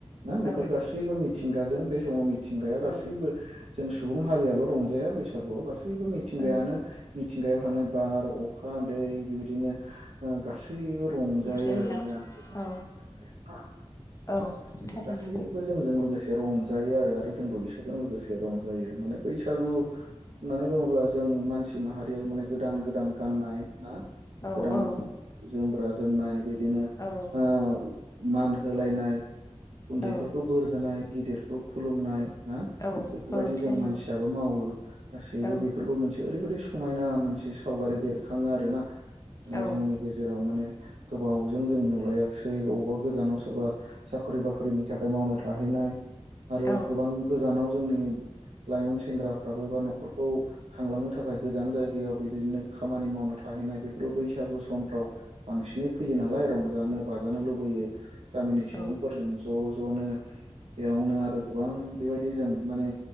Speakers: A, on the right; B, on the left.
A: ना बेफोर
B: औ
A: गासैबो मिथिंगाजों बे समाव मिथिंगाया गासैबो
B: औ
A: जों सुबुं हारियाल' रंजाया बैसागुआव गासैबो मिथिंगायानो
B: औ
A: मिथिंगायाव थानाय बार अखा दै बेबायदिनो ओ गासै सैबो रंजायो
B: जिब जुनार
A: आरो माने आंनिबानायाव
B: औ
A: ना
B: औ
A: बेफोर
B: थारैनो
A: गासैबो जोंजों लोगोसे रंजायो आरो आरो जोंबो बिसोरजों लोगोसे रंजायो माने बैसागु होननानै बुङोब्ला जों मानसि माहारियाबो माने गोदान गोदान गाननाय ना
B: औ
A: गोदान
B: औ
A: जोमग्रा जोमनाय बिदिनो
B: औ
A: ओ मान होलायनाय। उन्दैफोरखौ
B: औ
A: बोर होनाय गिदिरखौ खुलुमनाय ना
B: औ
A: बेफोरबायदि
B: औ थारैनो
A: जों मानसियाबो मावो गासैबो
B: औ
A: बेफोरबो मोनसे ओरैबायदि समायना मोनसे सावगारि बेरखाङो आरोना? माने
B: औ
A: जोंनि गेजेराव माने गोबावजों जों नुलायाखिसै अबा गोजानाव सोरबा साख्रि बाख्रिनि थाखाय मावनो थाहैनाय। आरो
B: औ
A: गोबां गोजानाव जोंनि लाइमोन सेंग्राफ्राबो बा न'खर खौ खांलांनो थाखाय गोजान जायगायाव बेबायदिनो खामानि मावनो थाहैनाय बेफोर बैसागु समफ्राव बांसिनै फैयो नालाय रंजानो बाजानो लुबैयो गामिनि सुबुंफोरजों
B: औ
A: ज' ज'नो। बेयावनो आरो गोबां बेबायदि जों माने